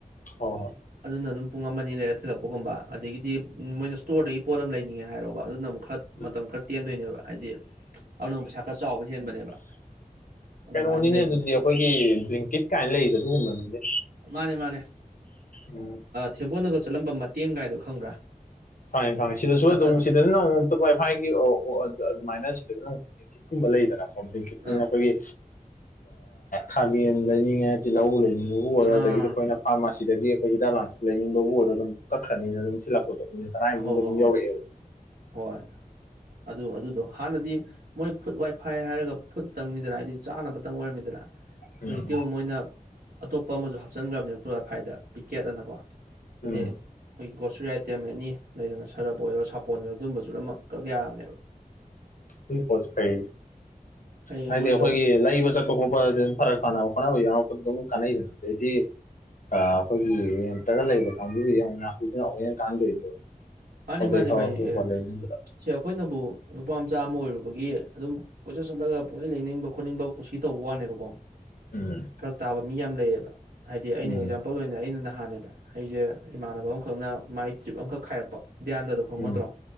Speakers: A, on the left; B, on the right.
A: ꯍꯣꯏ ꯍꯣꯏ
B: ꯑꯗꯨꯅ ꯑꯗꯨꯝ ꯄꯨꯡ ꯑꯃ ꯑꯅꯤ ꯂꯩꯔ ꯊꯤꯜꯂꯛꯄꯒꯨꯝꯕ ꯑꯗꯒꯤꯗꯤ ꯃꯣꯏꯅ ꯁ꯭ꯇꯣꯔꯗꯒꯤ ꯄꯣꯠ ꯑꯃ ꯂꯩꯅꯤꯡꯉꯦ ꯍꯥꯏꯔꯣꯕ ꯑꯗꯨꯅ ꯑꯃꯨꯛ ꯈꯔ
A: ꯎꯝ
B: ꯃꯇꯝ ꯈꯔ ꯇꯦꯟꯗꯣꯏꯅꯦꯕ ꯍꯥꯏꯗꯤ ꯑꯅꯧꯕ ꯄꯩꯁꯥ ꯈꯔ ꯆꯥꯎꯕ ꯍꯦꯟꯕꯅꯦꯕ ꯑꯗꯨꯃꯥꯏꯅ
A: ꯀꯩꯅꯣꯅꯤꯅꯦ
B: ꯂꯩꯕꯅꯦ
A: ꯑꯗꯨꯗꯤ ꯑꯩꯈꯣꯏꯒꯤ ꯕ꯭ꯡꯀꯤꯠ ꯀꯥꯏꯅ ꯂꯩꯗ ꯑꯗꯨꯒꯨꯝꯕꯅꯤꯅꯦ
B: ꯃꯥꯅꯦ ꯃꯥꯅꯦ
A: ꯎꯝ
B: ꯊꯦꯕꯣꯟꯅꯒ ꯆꯠꯂꯝꯕ ꯃꯇꯦꯡꯒꯥꯏꯗꯣ ꯈꯪꯕ꯭ꯔꯥ
A: ꯈꯪꯉꯦ ꯈꯥꯡꯉꯦ ꯁꯤꯗꯁꯨ ꯑꯗꯨꯝ
B: ꯑꯗꯨ
A: ꯁꯤꯗꯅ ꯑꯃꯨꯛ ꯐꯠ ꯋꯥꯏꯐꯥꯏꯒꯤ ꯑꯗꯨꯃꯥꯏꯅ ꯑꯗꯨꯪ ꯕ꯭ꯂꯦꯡꯀꯤꯠꯀꯨꯝꯕ ꯂꯩꯗꯅꯀꯣ ꯕ꯭ꯂꯦꯡꯀꯤꯠꯁꯤꯅ
B: ꯑꯥ
A: ꯑꯩꯈꯣꯏꯒꯤ ꯈꯥꯃꯦꯟ ꯂꯩꯅꯤꯡꯉꯦ ꯇꯤꯜꯍꯧ ꯂꯩꯅꯤꯡꯕꯕꯨ ꯑꯣꯏꯔꯣ
B: ꯑꯥ
A: ꯑꯗꯒꯤꯗꯤ ꯑꯩꯈꯣꯏꯅ ꯐꯥꯔꯃꯥꯁꯤ ꯁꯤꯗꯒꯤ ꯑꯩꯈꯣꯏ ꯍꯤꯗꯥꯛ ꯂꯥꯟꯁꯨ ꯂꯩꯅꯤꯡꯕꯕꯨ ꯑꯣꯏꯔꯣ ꯑꯗꯨꯝ ꯀꯛꯈ꯭ꯔꯅꯤꯅ ꯑꯗꯨꯝ ꯊꯤꯜꯂꯛꯀꯗꯕꯅꯤ ꯇꯥꯏꯨꯡ
B: ꯍꯣꯏ ꯍꯣꯏ ꯍꯣꯏ
A: ꯌꯧ
B: ꯍꯣꯏ ꯑꯗꯨ ꯑꯗꯨꯗꯣ ꯍꯥꯟꯅꯗꯤ ꯃꯣꯏ ꯐꯨꯠ ꯋꯥꯏ ꯐꯥꯏ ꯍꯥꯏꯔꯒ ꯐꯨꯠ ꯇꯪꯅꯤꯗꯅ ꯍꯥꯏꯗꯤ ꯆꯥꯅꯕꯇꯪ ꯑꯣꯏꯔꯝꯃꯤꯗꯅ ꯍꯧꯖꯤꯛꯇꯤ
A: ꯎꯝ
B: ꯑꯃꯨꯛ ꯃꯣꯏꯅ ꯑꯇꯣꯞꯄ ꯑꯃꯁꯨ ꯍꯥꯞꯆꯤꯟꯈ꯭ꯔꯕꯅꯦꯕ ꯐꯠ ꯑ ꯐꯥꯏꯗ ꯄꯤꯛꯀꯦꯠ ꯑꯅꯀꯣ ꯍꯥꯏꯗꯤ
A: ꯎꯝ ꯎꯝ
B: ꯑꯩꯈꯣꯏꯒꯤ ꯒ꯭ꯔꯣꯁꯔꯤ ꯔꯥꯏꯠ ꯑꯥꯏꯇꯦꯝ ꯑꯦꯅꯤ ꯂꯩꯗꯅ ꯁꯔꯞ ꯑꯣꯏꯔꯣ ꯁꯥꯄꯣꯟ ꯑꯣꯏꯔꯣ ꯑꯗꯨꯝꯕꯁꯨ ꯂꯣꯏꯅꯃꯛ ꯀꯛ ꯌꯥꯔꯕꯅꯦꯕ
A: ꯑꯗꯨꯏ ꯄꯣꯠꯁꯦ ꯐꯩ
B: ꯐꯩꯌꯦ
A: ꯍꯥꯏꯗꯤ
B: ꯃꯣꯏꯗꯣ
A: ꯑꯩꯈꯣꯏꯒꯤ ꯂꯩꯕ ꯆꯠꯄ ꯈꯣꯠꯄꯝ ꯐꯔꯛ ꯁꯥꯟꯅꯕ ꯈꯥꯟꯅꯕ ꯌꯥꯎ ꯑꯗꯨꯝ ꯀꯥꯟꯅꯩꯗꯅ ꯑꯗꯤ ꯑꯩꯈꯣꯏꯒꯤ ꯔꯦꯟꯇꯒ ꯂꯩꯕ ꯀꯥꯡꯕꯨꯒꯤꯗꯤꯛ ꯑꯃꯨꯛ ꯍꯡ ꯀꯥꯟꯅꯗꯣꯏꯅꯦꯕ
B: ꯃꯥꯅꯤ
A: ꯄꯣꯠ ꯆꯩ
B: ꯃꯥꯅꯤ
A: ꯐꯕ
B: ꯚꯥꯏ
A: ꯐꯕ
B: ꯑꯦ
A: ꯂꯩꯃꯤꯟꯕꯗ
B: ꯁꯦ ꯑꯩꯈꯣꯏꯅꯕꯨ ꯅꯨꯄꯥ ꯃꯆꯥ ꯑꯃ ꯑꯣꯏꯔꯨꯕꯒꯤ ꯑꯗꯨꯝ ꯀꯣꯏꯆꯠ ꯆꯠꯂꯒ ꯄꯨꯡꯂꯩ ꯂꯩꯅꯤꯡꯕ ꯈꯣꯠꯅꯤꯡꯕ ꯀꯁꯤ ꯇꯧꯕ ꯋꯥꯅꯦꯕꯀꯣ
A: ꯎꯝ
B: ꯐꯔꯛ ꯇꯥꯕ ꯃꯤ ꯌꯥꯝ ꯂꯩꯌꯦꯕ ꯍꯥꯏꯗꯤ ꯑꯩꯅ
A: ꯎꯝ
B: ꯑꯦꯛꯖꯥꯝꯄꯜ ꯑꯣꯏꯅ ꯑꯩꯅ ꯅ ꯍꯥꯟꯅꯦ ꯑꯩꯁꯦ ꯏꯃꯥꯟꯅꯕ ꯑꯃꯈꯛꯅ ꯃꯥꯏ ꯇ꯭ꯔꯤꯞ ꯑꯃꯈꯛ ꯈꯥꯏꯔꯦ ꯒ꯭ꯌꯥꯟꯗ ꯑꯗꯨ ꯈꯪꯉꯠꯇ꯭ꯔꯣ
A: ꯎꯝ